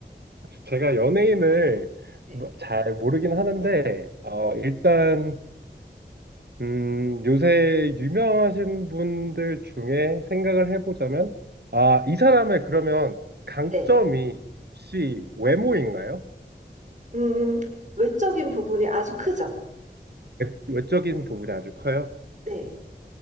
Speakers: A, on the right (about 65°); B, on the right (about 40°).
A: 제가 연예인을
B: 네.
A: 뭐- 잘 모르긴 하는데, 어, 일단 음, 요새 유명하신 분들 중에 생각을 해보자면, 아, 이 사람의 그러면 강점이
B: 네.
A: 혹시 외모인가요?
B: 음, 외적인 부분이 아주 크죠.
A: 외- 외적인 부분이 아주 커요.
B: 네.